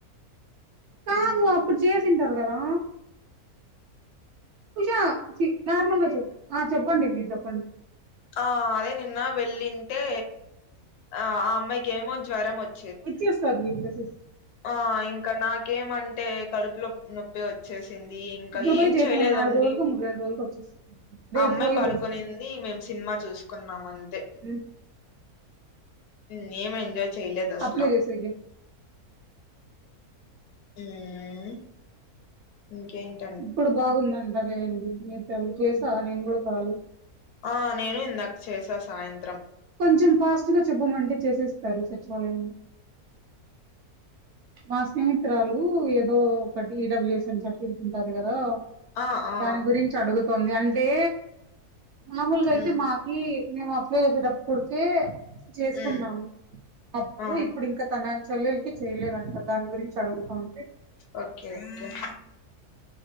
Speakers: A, on the right; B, on the left.
A: కాదు అప్పుడు చేసింటారు కదా ఉష చి నార్మల్ గా చేయి ఆ చెప్పండి మీరు చెప్పండి
B: ఆ అదే నిన్న వెళ్ళింటే ఆ ఆ అమ్మాయికిమో జ్వరం వచ్చి
A: వచ్చేస్తారు మీ చేసేస్త
B: ఆ ఇంకా నాకేమంటే కడుపులో నో వచ్చేసింది ఇంకా
A: ఇప్పుడు పోయి
B: ఏం
A: చేసేమను
B: చేయలేదండి
A: నాలుగు రోజులకు మూడు రెండు రోజులకు వచ్చేస్తది రేపు
B: ఆ అమ్మాయి
A: పోయి
B: పడు
A: చేసేయి
B: కొనింది మేము సినిమా చూసుకున్నాము అంతే
A: ఉమ్
B: నేనేం ఎంజాయ్ చేయలేదు అసలు
A: అప్లై చేసాకె
B: ఉమ్ ఊ ఇంకేంటి
A: ఇప్పుడు బాగుందంట లేండి నేను <unintelligible> చేసా నేను కూడా కాదు
B: ఆ నేను ఇందాక చేసా సాయంత్రం
A: కొంచెం ఫాస్ట్ గా చెప్పమంటే చేసేస్తారు సచివాలయంలో
B: <inaudible>
A: మా స్నేహితురాలు ఏదో ఒకటి ఈడబ్ల్యూఎస్ఎన్ సర్టిఫికెట్ ఉంటాది కదా
B: ఆ ఆ
A: దాని గురించి అడుగుతుంది అంటే మామూలుగా అయితే
B: ఉమ్
A: మా ఈ మేము అప్లై చేసేటప్పుడుకే చేసుకున్నాము
B: ఉమ్
A: అప్పుడు
B: ఆ
A: ఇప్పుడు ఇంకా తన చెల్లెలకి చేయలేడంట దాని గురించి అడుగుతుంది
B: ఓకే ఓకే